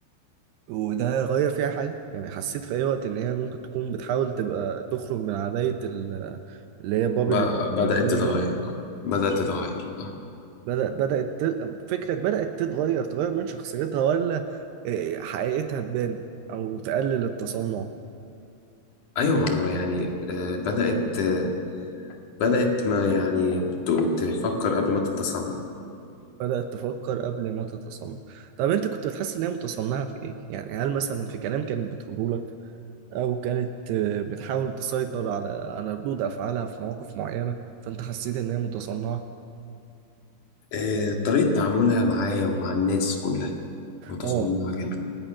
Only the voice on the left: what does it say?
ب... بدات
تتغير
اه بدات تتغير اه
ايوه ما هو يعني آه بدات آه بدات ما يعني ت- تفكر قبل ما تتصنع
آه طريقه تعاملها معايا ومع الناس كلها متصنعه
جدا